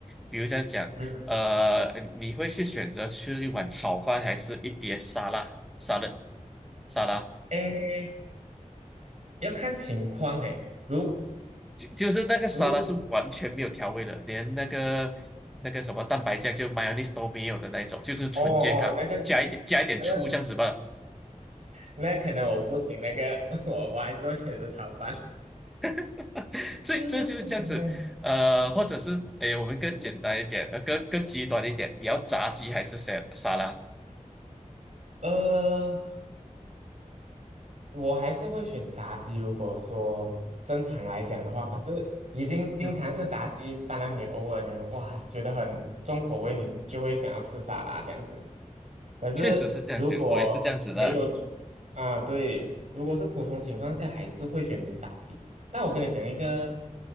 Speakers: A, in the centre; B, on the right (about 60°).
A: 比如这样讲，
B: 嗯，
A: 呃，你会是选择吃一碗炒饭，还是一碟沙拉？沙拉，沙拉，
B: 诶，要看情况诶。如
A: 就就是那个沙拉是完全没有调味的，
B: 如
A: 连那个那个什么蛋白酱就 mayonnaise 都没有的那一种，就是纯健康，
B: 哦哦，那个
A: 加一点加一点醋这样子罢了。
B: 那个那可能我不行，那个 <laughs> 我我还是会选择炒饭。<laughs>
A: <laughs> 所以这就是这样子，
B: 嗯，不行嘞。
A: 呃，或者是诶，我们更简单一点，呃，更更极端一点，你要炸鸡还是沙沙拉？<laughs>
B: 呃，我还是会选炸鸡。如果说正常来讲的话，可是已经经常吃炸鸡，
A: 嗯哼，
B: 当然你偶尔你哇觉得很重口味，你就会想要吃沙拉这样子。可是如果没有
A: 确实是这样子，我也是这样子的。
B: 啊，对，如果是普通情况下，还是会选择炸鸡。那我跟你讲一个